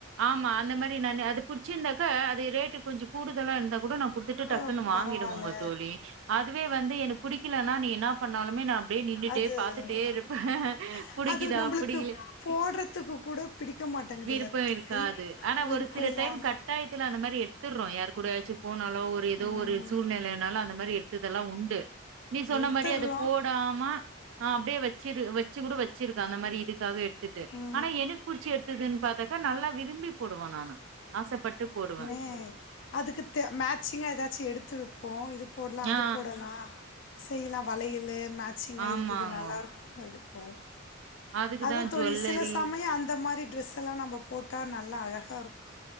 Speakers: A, on the right (about 65°); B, on the left (about 60°).
A: ஆமா அந்த மாரி நானு அது புடிச்சிருந்தாக்கா அது ரேட்டு கொஞ்சோ கூடுதலா இர்ந்தா கூட நா குடுத்துட்டு
B: கூட
A: டக்குன் வாங்கிடுவோங்க
B: பரவால்ல
A: தோழி அதுவே வந்து எனக்கு புடிக்கிலனா நீ என்னா பண்ணாலுமே நா அப்டியே நின்னுட்டே
B: அது
A: பாத்துட்டே
B: எப்பயுமே காசு
A: இருப்பே புடிக்குதா
B: அது நம்மளுக்கு
A: புடிக்கில
B: போடுறதுக்கு கூட பிடிக்க மாட்டேங்குதுல்ல
A: விருப்போ
B: தோழி
A: இருக்காது ஆனா
B: விருப்ப
A: ஒரு சில
B: இல்லாத
A: டைம் கட்டாயத் துல அந்தமாரி எட்த்துற்றோ யாரு கூடாயாச்சு போனாலு ஒரு எதோ
B: ம்
A: ஒரு சூழ்நிலைனாலு அந்த மாரி எட்த்ததெல்லா உண்டு நீ சொன்ன
B: எடுத்துர்றோ
A: மாரி அது போடாம ஆ அப்டே வெச்சிரு வெச்சு கூட வெச்சிருக்கே அந்த மாரி இதுக்காக எட்த்துட்டு
B: இது
A: ஆனா எனக் புடிச்சி எட்த்துதுன் பாத்தாக்கா நல்லா விரும்பி போடுவே நானு ஆசப்பட்டு போடுவே
B: அ அதுக்கு த மேச்சிங்கா எதாச்சு எடுத்து வெப்போ இது போட்லா அது
A: ஆ
B: போடலா செய்யலா வளையலு மேட்சிங்கா
A: ஆமாங்கோ
B: இதுக்கு இது நல்லாருக்குனு எடுப்போ
A: அதுக்குதா
B: அதா தோழி
A: ஜுவல்லரி
B: சில சமயோ அந்த மாரி ட்ரெஸ் இதெல்லா நம்ம போட்டா நல்லா அழகா இருக்கு